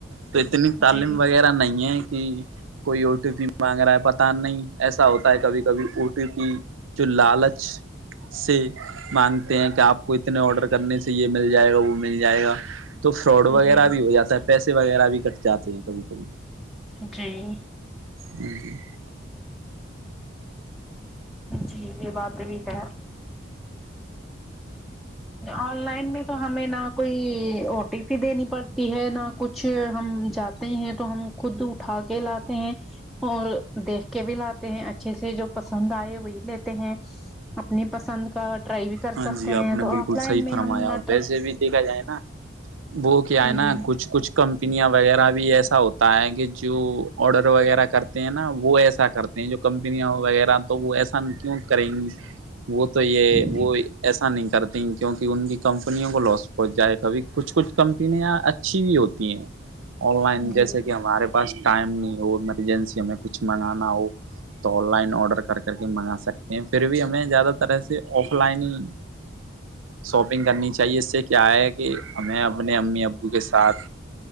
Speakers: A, on the right; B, in the centre.
A: تو اتنی
B: جی
A: تعلیم وغیرہ نہیں ہے کہ کوئی او ٹی پی مانگ رہا ہے پتا نہیں ایسا ہوتا ہے کبھی کبھی او ٹی پی جو لالچ سے مانگتے ہیں کہ آپ کو اتنے آڈر کرنے سے یہ مل جائے گا وہ مل جائے گا تو فرڈ وغیرہ
B: جی
A: بھی ہو جاتا ہے پیسے وغیرہ بھی کٹ جاتے ہیں کبھی کبھی
B: جی
A: <inaudible>
B: جی یہ بات بھی ہے آن لائن میں تو ہمیں نہ کوئی او ٹی پی دینی پڑتی ہے نہ کچھ کچھ ہم جاتے ہیں تو ہم خود اٹھا کے لاتے ہیں اور دیکھ کے بھی لاتے ہیں اچھے سے جو پسند آئے وہی لیتے ہیں اپنی پسند کا ٹرائی بھی کر
A: ہاں
B: سکتے
A: جی آپ
B: ہیں
A: نے
B: تو
A: بالکل
B: آف لائن
A: صحیح
B: میں
A: فرمایا
B: ہم نہ
A: اور
B: ٹرائی
A: ویسے بھی دیکھا جائے نا وہ کیا ہے نا
B: جی
A: کچھ کچھ کمپنیاں وغیرہ بھی ایسا ہوتا ہے کہ جو آڈر وغیرہ کرتے ہیں نا وہ ایسا کرتے جو کمپنیاں ہو وغیرہ تو وہ ایسا کیوں کریں گی وہ تو یہ
B: جی
A: وہ ایسا نہیں کرتی کیونکہ ان کی کمپنیوں کو لاس پہنچ جائے کبھی کچھ کچھ کمپنیاں اچھی بھی ہوتی ہیں
B: <inaudible>
A: آن لائن
B: جی
A: جیسے کہ ہمارے پاس ٹائم نہیں ہو ایمرجنسی ہمیں کچھ منگانا ہو تو آن لائن آرڈر کر کر کے منگا سکتے ہیں پھر بھی ہمیں زیادہ تر ایسے آف لائن ہی
B: <unintelligible>
A: شاپنگ کرنی چاہیے اس سے کیا ہے کہ ہمیں اپنے امی ابو کے ساتھ